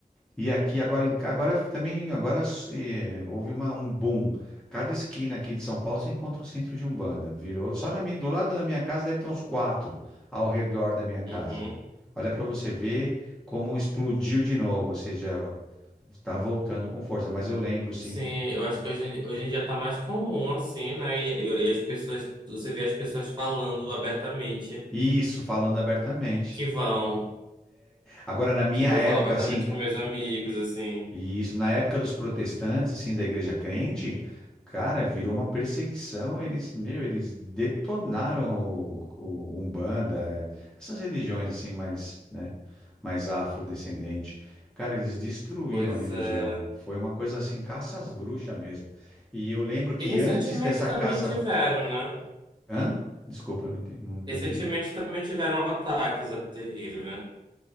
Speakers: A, in the centre; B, on the right.
A: E aqui agora, em agora também agora eh, houve uma, um boom. Cada esquina aqui de São Paulo você encontra o centro de Umbanda. Virou. Só na minha, do lado da minha casa deve ter uns quatro ao redor da minha casa.
B: Uhum.
A: Olha para você ver como explodiu de novo. Ou seja, está voltando com força. Mas eu lembro, sim.
B: Sim, eu acho que hoje, em- hoje em dia tá mais comum assim, né? E, e e as pessoas, você vê as pessoas falando abertamente
A: Isso, falando abertamente.
B: que vão
A: Agora, na minha
B: Tipo,
A: época,
B: eu falo abertamente
A: assim,
B: com meus amigos, assim.
A: e isso, na época dos protestantes, assim, da igreja crente, cara, virou uma perseguição. Eles, meu, eles detonaram o, o Umbanda, é, essas religiões, assim, mais, né, mais afrodescendente. Cara, eles destruíram
B: Pois
A: a religião.
B: é.
A: Foi uma coisa assim, caça às bruxas mesmo. E eu lembro que
B: E recentemente
A: antes dessa
B: também
A: caça.
B: tiveram, né?
A: Hã? Desculpa, eu não enten- não entendi.
B: Recentemente também tiveram ataques a terreiros, né?